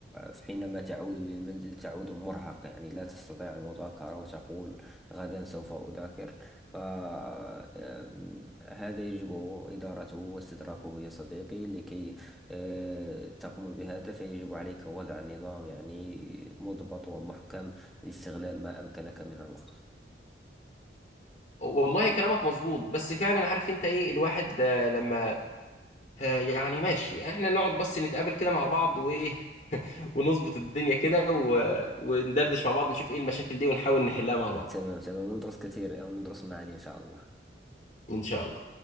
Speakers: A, in the centre; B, on the left (about 40°).
A: فحينما تعود للمنزل تعود مرهق يعني لا تستطيع المذاكرة وتقول غدا سوف أذاكر فهذا يجب إدارته واستدراكه يا صديقي لكي آه، تقوم بهذا فيجب عليك وضع نظام يعني مضبط ومحكم الاستغلال ما أمكنك من الوقت
B: والله كلامك مظبوط بس فعلا عارف انت ايه الواحد آه، لما آه، يعني ماشي احنا نقعد بس نتقابل كده مع بعض وايه <laughs> ونظبط الدنيا كده و- وندردش مع بعض نشوف ايه المشاكل دي ونحاول نحلها مع بعض
A: تمام تمام وندرس كثير وندرس معا إن شاء الله
B: ان شاء الله